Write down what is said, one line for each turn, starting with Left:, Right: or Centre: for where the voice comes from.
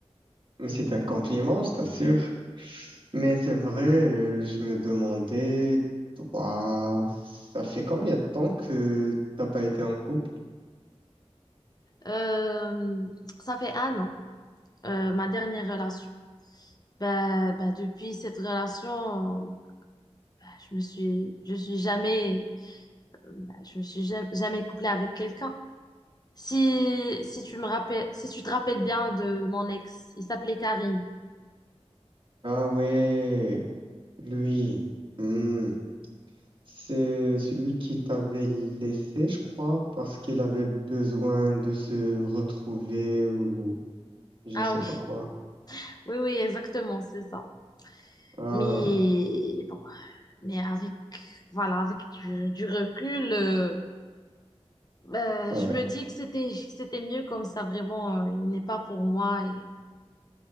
Right: Mais c'est un compliment, je t'assure. Mais c'est vrai, euh, je me demandais, toi, ça fait combien de temps que t'as pas été en couple?
Left: Euh, ça fait un an, euh, ma dernière relation. Bah, bah, depuis cette relation, euh, bah, je me suis, je suis jamais, euh, bah, je me suis ja- jamais couplée avec quelqu'un. Si, si tu me rappelles, si tu te rappelles bien de mon ex, il s'appelait Karim.
Right: Ah ouais, lui, hmm, C'est celui qui t'avait laissé, je crois, parce qu'il avait besoin de se retrouver ou je
Left: Ah
Right: ne sais
Left: oui,
Right: pas quoi.
Left: oui, oui, exactement, c'est ça.
Right: Ah.
Left: Mais bon. Mais avec, voilà, avec du, du recul, euh, euh,
Right: Ouais.
Left: je me dis que c'était, que c'était mieux comme ça, vraiment, euh, il n'est pas pour moi. Et